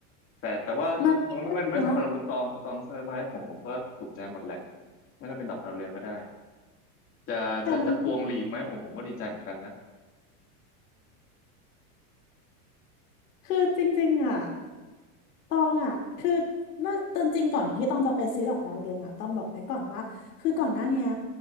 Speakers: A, on the left (about 30°); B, on the left (about 90°).
A: แต่แต่ว่ามันก็ไม่ไม่ไม่สำคัญกับคุณตองคุณตองเสนอมาให้ผมผมก็ถูกใจหมดแหละ
B: มาผิดด้วยนะคะ
A: ไม่ต้องเป็นดอกดาวเรืองก็ได้ จะจะจะพวงหลีดไหมผมผมก็ดีใจเหมือนกันนะ
B: แต่มันคือจริงๆอ่ะ ตองอ่ะคือเมื่อตอนจริงก่อนที่ตองจะไปซื้อดอกดาวเรืองอ่ะต้องบอกไว้ก่อนว่าคือก่อนหน้าเนี้ย